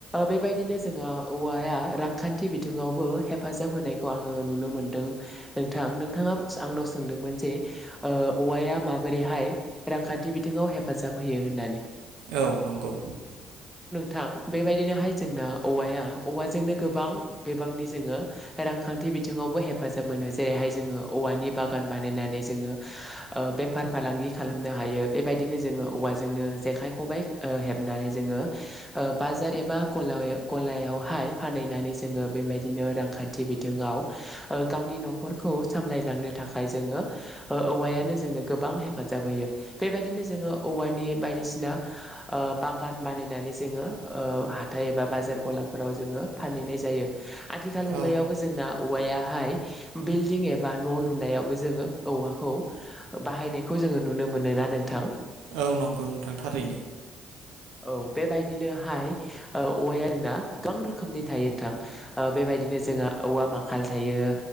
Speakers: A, in the centre; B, on the right.
A: बेबायदिनो जोङो औवाया रांखान्थि बिथिङावबो हेफाजाब होनायखौ आङो नुनो मोनदों नोंथां नोंथाङा आंनाव सोंदोंमोन जे औवाया माबोरैहाय रांखान्थि बिथिङाव हेफाजाब होयो होननानै
B: औ नंगौ
A: थां बेबायदिनोहाय जोंना औवाया औवाजोंनो गोबां बिबांनि जोङो रांखान्थि बिथिङावबो हेफाजाब मोनो। जेरैहाय जोङो औवानि बागान बानायनानै जोङो ओ बेफार फालांगि खालामनो हायो बेबायदिनो जोङो औवाजोंनो जेखाइ, खबाइ ओ हेबनानै जोङो ओ बाजार एबा गलायाव गलायाव हाय फानहैनानै जोङो बेबायदिनो रांखान्थि बिथिङाव ओ गावनि न'खरखौ सामलायलांनो थाखाय जोङो ओ औवायानो जोंनो गोबां हेफाजाब होयो। बेबायदिनो जोङो औवानि बायदिसिना ओ बागान बानायनानै जोङो ओ हाथाय एबा बाजार गलाब फोराव जोङो फानहैनाय जायो। आथिखाल
B: औ
A: मुगायावबो जोंना औवायाहाय बिल्डिं एबा न' लुनायावबो जोङो औवाखौ बाहायनायखौ जोङो नुनो मोनो ना नोंथां?
B: औ नंगौ नोंथां थारैनो।
A: औ बेबायदिनोहाय औवाया आरोना गोबां रोखोमनि थायो नोंथां ओ बेबायदिनो जोंहा औवा माखाल थायो